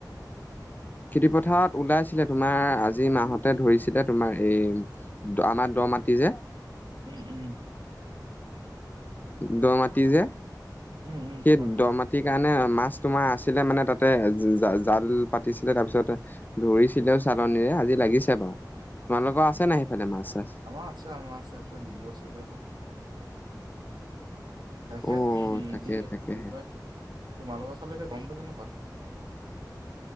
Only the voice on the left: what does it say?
খেতি পথাৰত ওলাইছিলে তোমাৰ আজি মাহত ধৰিছিলে তোমাৰ এই আমাৰ দহ মাটি যে
দহ মাটি যে,
সেই
দহ মাটি টি কাৰণে মাছ তোমাৰ আছিলে মানে, তাতে জা- জাল পাতিছিলে তাৰপিছত ধৰিছিলেও চালনিৰে আজি লাগিছে বাৰু। তোমালোকৰ
আছে নাই সেইফালে মাছ চাছ?
অ',
তাকে
তাকেহে।